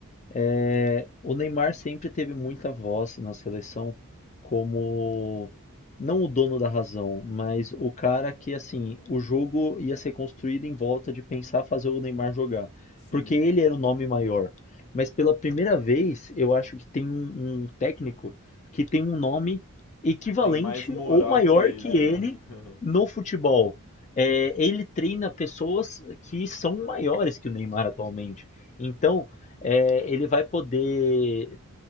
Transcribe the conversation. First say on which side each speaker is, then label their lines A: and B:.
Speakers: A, on the left; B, on the left.
A: É, o Neymar sempre teve muita voz na seleção como não o dono da razão, mas o cara que assim, o jogo ia ser construído em volta de pensar fazer o Neymar jogar,
B: Sim,
A: porque ele era o nome maior. Mas pela primeira vez, eu acho que tem um, um técnico que tem um nome equivalente
B: tem mais moral
A: ou maior
B: que ele,
A: que
B: né?
A: ele
B: <laughs>
A: no futebol. É, ele treina pessoas que são maiores que o Neymar atualmente. Então, é, ele vai poder